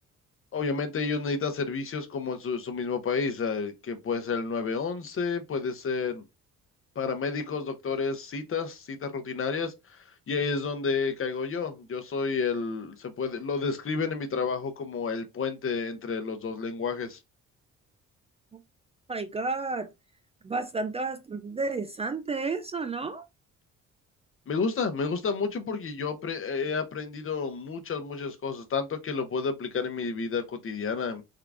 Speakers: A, on the left; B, on the right.
A: Obviamente ellos necesitan servicios como en su, su mismo país, eh, que puede ser el nueve once, puede ser paramédicos, doctores, citas, citas rutinarias. Y ahí es donde caigo yo. Yo soy el, se puede, lo describen en mi trabajo como el puente entre los dos lenguajes.
B: Oh my God. Bastante, bastante interesante eso, ¿no?
A: Me gusta, me gusta mucho porque yo apre- he aprendido muchas, muchas cosas, tanto que lo puedo aplicar en mi vida cotidiana.